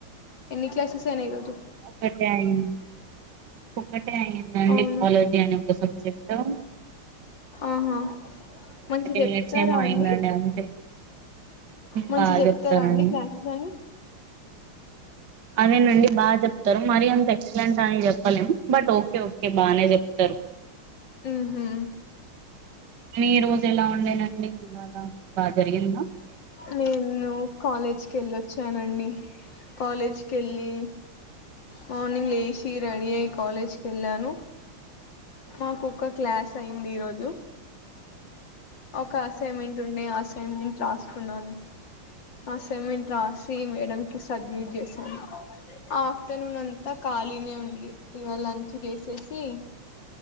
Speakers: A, on the left; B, on the right.
A: ఎన్ని క్లాసెస్ అయినాయిఇ రోజు
B: ఒకటే అయింది ఒకటే అయిందండి
A: అవును
B: జలోజి అని ఒక సబ్జెక్ చెప్తాం
A: ఆహా మంచి చెప్తారా
B: మినిట్స్ ఏమో
A: అండి
B: అయిందండి అంతే
A: మంచి
B: బాగా
A: చెప్తారా
B: చెప్తారండి
A: అండి క్లాసెస్ అని <inaudible>
B: అదేనండి బాగా చెప్తారు మరి అంత ఎక్సలెంట్ అని చెప్పలేము బట్ ఓకే ఓకే బాగానే చెప్తారు
A: ఉహు
B: మీ రోజు ఎలా ఉండేనండి బళ బాగా జరిగింద
A: నేను కాలేజ్ కి వెళ్ళిచ్చానండి కాలేజ్ కెలి మార్నింగ్ లేసి రెడీ అయి కాలేజ్ కి వెళ్ళాను మాకొక్క క్లాస్ అయింది ఈరోజు ఒక అసైన్మెంట్ ఉండే అస అసైమెంట్ రాసుకున్నాను అసైమెంట్ రాసి మేడం సడ్మిట్ చేసాను ఆఫ్టర్నూన్ అంతా ఖాళీనే ఉంది ఇక లంచ్ చేసేసి